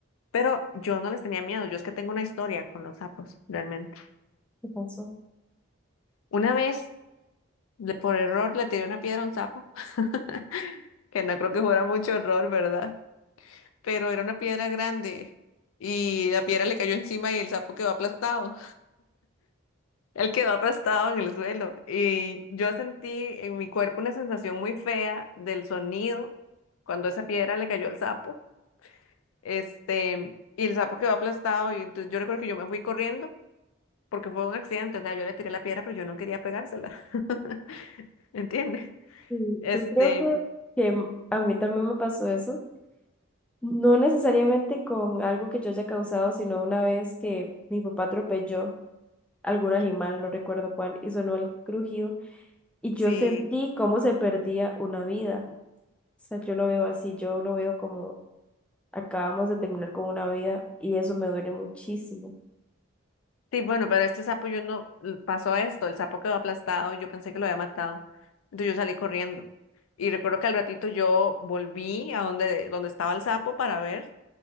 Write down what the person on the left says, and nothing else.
Pero yo no les tenía miedo, yo es que tengo una historia con los sapos, realmente.
Una vez, le- por error, le tiré una piedra a un sapo, <laughs> que no creo que fuera mucho error, ¿verdad? Pero era una piedra grande y la piedra le cayó encima y el sapo quedó aplastado. Él quedó aplastado en el suelo y yo sentí en mi cuerpo una sensación muy fea del sonido cuando esa piedra le cayó al sapo. Este, y el sapo quedó aplastado y entonces yo recuerdo que yo me fui corriendo porque fue un accidente, o sea, yo le tiré la piedra pero yo no quería pegársela. <laughs> ¿Entiendes?
Este,
ujú,
sí.
Sí, bueno, pero este sapo yo no pasó esto, el sapo quedó aplastado, yo pensé que lo había matado, entonces yo salí corriendo. Y recuerdo que al ratito yo volví a donde, donde estaba el sapo para ver